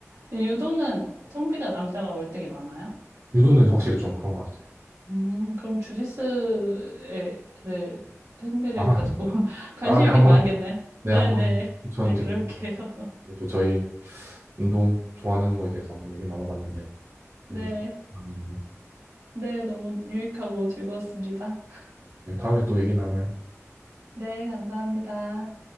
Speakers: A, on the right (about 75°); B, on the right (about 55°).
A: 유도는 성비가 남자가 월등히 많아요?
B: 유도는 확실히 좀 그런 것 같아요.
A: 음, 그럼 주짓수에, 를, 흥미를
B: 아,
A: 가지고 <laughs> 관심
B: 아, 네, 네네.
A: 있게
B: 한번,
A: 봐야겠네요. 네,
B: 네, 네. 한번
A: 네.
B: 추천드리고,
A: 네, 그럴게요. <laughs>
B: 또 저희 운동 좋아하는 거에 대해서 한번 얘기 나눠봤는데,
A: 네.
B: 너무 좋네요.
A: 네, 너무 유익하고 즐거웠습니다. <laughs>
B: 네, 다음에 또 얘기 나눠요.
A: 네, 감사합니다.